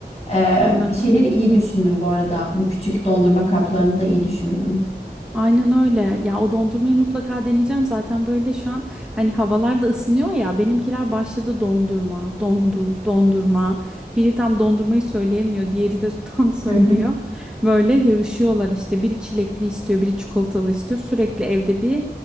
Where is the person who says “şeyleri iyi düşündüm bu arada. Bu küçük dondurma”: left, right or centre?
Left